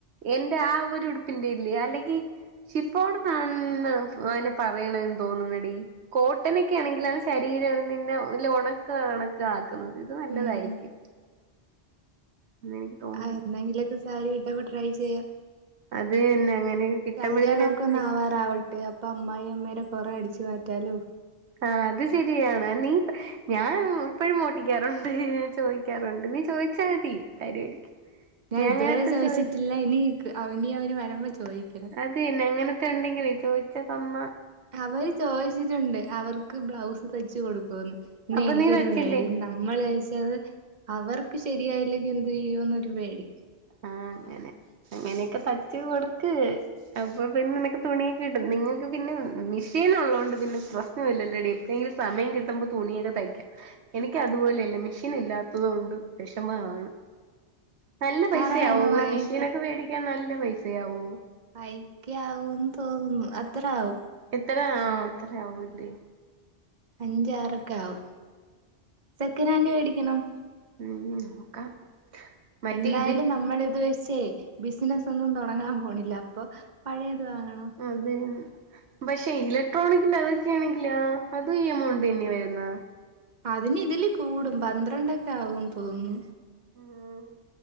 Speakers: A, on the right; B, on the right.
A: എന്റെ ആഹ് ഒരു ഉടുപ്പിന്റെ അല്ല അല്ലെങ്കി ഷിപ്പോട് ന ആണ് അയിന് പറയണ എന്ന് തോന്നുന്നടി കോട്ടനൊക്കെ ആണെങ്കിലാണ് ശരീരം നിന്നെ ല്ല ഉണക്കു കണക്ക് ആക് ക്ക്ന്നത് ഇത് നല്ലതായിരിക്കും
B: ഉം
A: എന്നെനിക്ക് തോന്നുന്നു
B: ആഹ് എന്നെങ്കിലൊക്കെ സാരി ഇട്ട ട്രൈ ചെയ്യ
A: അത് തന്നെ അങ്ങനെ കിട്ടുമ്പോഴത്തിന്
B: കല്യാണംമൊക്കെ
A: എടുത്ത്
B: ഒന്ന
A: തയ്
B: ആവാറാവ ട്ട് അപ്പൊ അമ്മായി അമ്മേരെ കുറ അടിച്ചു മാറ്റാലോ
A: ആഹ് അത് ശരിയാണ് നീ ഞാൻ ഇപ്പഴും മോട്ടിക്കാറുണ്ട് ചോയിക്കാറുണ്ട് നീ ചോദിച്ചാ മതി തരുവായിരിക്കും
B: ഞാൻ ഇതുവരെ
A: അങ്ങനത്തെ
B: ചോദിച്ചിട്ടില്ല
A: ചോദിച്ച
B: ഇനി അവന ഇനി വരമ്പ ചോയിക്കണം
A: അത് തന്നെ അങ്ങനത്തെ ഉണ്ടെങ്കിൽ ചോദിച്ച തമ്മ
B: അവര് ചോദിച്ചിട്ടുണ്ട് അവർക്ക് ബ്ലൗസ് തച്ചു കൊടുക്കുവന്ന് പിന്നെ
A: അപ്പൊ
B: എനിക്കൊരു
A: നീ തയ്ച്ചില്ലേ
B: വേടീ നമ്മൾഴച്ചത് അവർക്ക് ശരിയായില്ലെങ്കിൽ എന്ത് ചെയ്യോന്നൊരു പേടി
A: ആഹ് അങ്ങനെ അങ്ങനെയൊക്കെ തച്ച കൊടുക്ക് അപ്പൊ പിന്നെ നിക്ക് തുണിയൊക്കെ കിട്ടും നിങ്ങൾക്ക് പിന്നെ മിഷീൻ ഉള്ളത് കൊണ്ട് പിന്നെ പ്ര ഒന്നുഇല്ലലേഡി ഇപ്പഴങ്കിലും സമയം കിട്ടുമ്പോ തുണിയൊക്കെ തയ്ക്കാം എനിക്ക് അതുപോലെയല്ല മെഷീൻ ഇല്ലാത്തത് കൊണ്ട് വിഷമമാണ് നല്ല പൈസയാവോ
B: പറയണം വാങ്ങി
A: ഒരു മെഷീനൊക്കെ പേടിക്കാൻ നല്ല പൈസയാവുവോ
B: പൈക്ക ആവുംന്ന് തോന്നുന്നു അത്ര ആവും
A: ഇത്ര അഹ് ഇത്ര ആവൂലേ
B: അഞ്ചാറക്ക ആവും എക്കനാണ്ടി മേടിക്കണം
A: ഉം നോക്കാം മറ്റേ
B: എന്തായാലും
A: ഇതിൽ
B: നമ്മൾ ഇത് വെച്ചേ ബിസിനസ്സൊന്നും തൊടങ്ങാൻ പോണില്ല അപ്പൊ പഴയത് വാങ്ങണം.
A: അതെ പക്ഷെ ഇലക്ട്രോണിക്കിന്റെ അതൊക്കെയാണെങ്കിലാ അതും ഈ എമൗണ്ടെന്നെ വെര്ന്ന.
B: അതിന് ഇതില് കൂടും പന്ത്രണ്ടൊക്കാകുന്ന് തോന്ന്ന്നു.
A: ഓഹ്